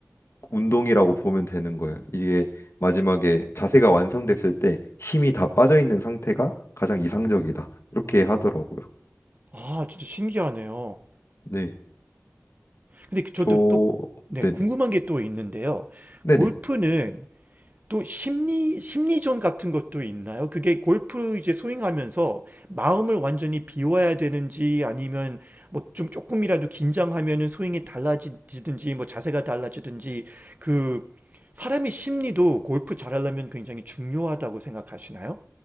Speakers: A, on the left; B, on the right.
A: 운동이라고 보면 되는 거예요. 이게 마지막에 자세가 완성됐을 때 힘이 다 빠져 있는 상태가 가장 이상적이다. 이렇게 하더라고요.
B: 아, 진짜 신기하네요.
A: 네.
B: 근데 그- 저도
A: 저
B: 또 네,
A: 네네.
B: 궁금한 게 또 있는데요.
A: 네네.
B: 골프는 또 심리 심리전 같은 것도 있나요? 그게 골프 이제 스윙하면서 마음을 완전히 비워야 되는지 아니면 뭐 좀 조금이라도 긴장하면은 스윙이 달라지든지 뭐 자세가 달라지든지 그 사람의 심리도 골프 잘하려면 굉장히 중요하다고 생각하시나요?